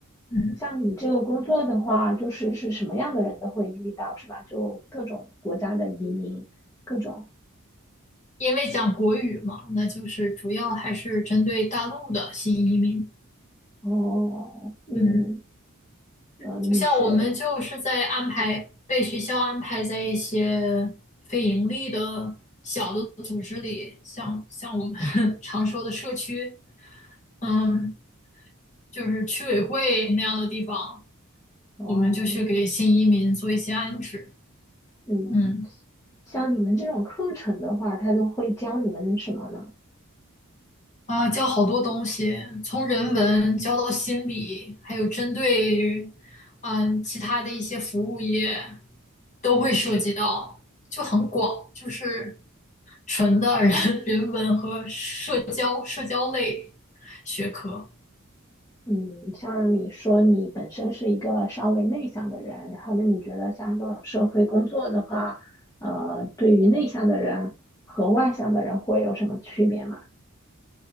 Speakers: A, on the left; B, on the left.
A: 嗯，
B: 像你这个工作的话，就是是什么样的人都会遇到，是吧？就各种国家的移民，各种
A: 因为讲国语嘛，那就是主要还是针对大陆的新移民。
B: 哦，嗯
A: 嗯。
B: 呃，你是
A: 就像我们就是在安排，被学校安排在一些非盈利的小的组织里，像像我们 <laughs> 常说的社区，嗯，就是区委会那样的地方，
B: 哦，
A: 我们就去给新移民做一些安置，
B: 嗯。
A: 嗯。
B: 像你们这种课程的话，他都会教你们什么呢？
A: 啊，教好多东西，从人文教到心理，还有针对于嗯其他的一些服务业都会涉及到，就很广，就是纯的人 <laughs> 人文和社交社交类学科。
B: 嗯，像你说你本身是一个稍微内向的人，然后那你觉得像这种社会工作的话，呃，对于内向的人和外向的人会有什么区别吗？